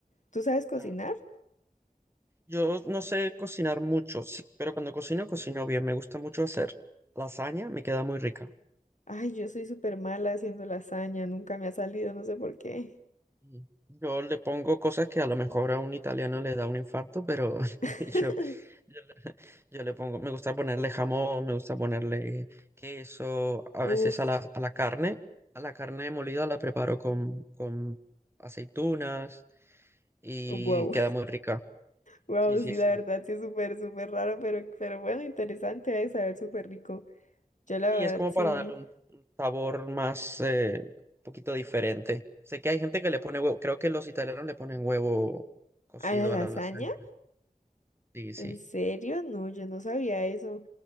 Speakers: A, on the left (about 55°); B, on the right (about 15°).
A: ¿Tú sabes cocinar?
B: Ah, Yo no sé cocinar mucho, sí, pero cuando cocino, cocino bien. Me gusta mucho hacer lasaña, me queda muy rica.
A: Ay, yo soy súper mala haciendo lasaña, nunca me ha salido, no sé por qué.
B: Y Yo le pongo cosas que a lo mejor a un italiano le da un infarto, pero <laughs>
A: <laughs>
B: yo, yo, le yo le pongo, me gusta ponerle jamón, me gusta ponerle queso, a
A: Uf,
B: veces a la, a la carne, a la carne molida la preparo con, con aceitunas y
A: wow.
B: queda muy rica.
A: Wow,
B: Sí, sí,
A: sí,
B: sí.
A: la verdad sí es súper, súper raro, pero, pero bueno, interesante de saber, súper rico. Yo la
B: Y
A: verdad
B: es como
A: sí.
B: para darle un un sabor más, eh, un poquito diferente. Sé que hay gente que le pone huevo, creo que los italianos le ponen huevo cocido
A: ¿A la lasaña?
B: a la lasaña. ¿no? Sí, sí.
A: ¿En serio? No, yo no sabía eso.